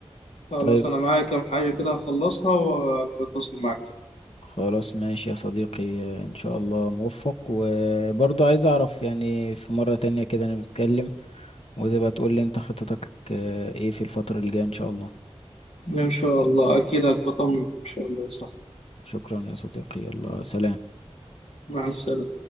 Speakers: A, on the left (about 80°); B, on the left (about 60°).
A: خلاص
B: طيب
A: أنا معايا كام حاجة كده هخلصها وبتواصل معك
B: خلاص ماشي يا صديقي آه، ان شاء الله موفق وبرضه عايز اعرف يعني في مرة تانية كده نتكلم وتبقى تقول لي انت خطتك آه، ايه في الفترة الجاية ان شاء الله
A: تاني إن شاء الله أكيد هبطمن إن شاء الله يا صاحبي
B: شكرا يا صديقي يلا سلام
A: مع السلامة